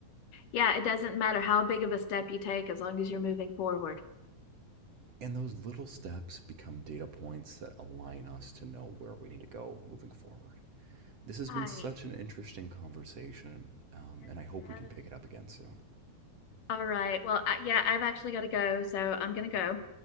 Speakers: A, on the left (about 65°); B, on the right (about 50°).
A: Yeah. It doesn't matter how big of a step you take as long as you're moving forward.
B: And those little steps become data points that align us to know where we need to go moving forward. This has
A: Right.
B: been such
A: Right.
B: an interesting conversation, um,
A: Yes,
B: and I
A: it
B: hope we
A: is.
B: can pick it up again soon.
A: All right. Well, I, yeah, I've actually got to go. So I'm going to go.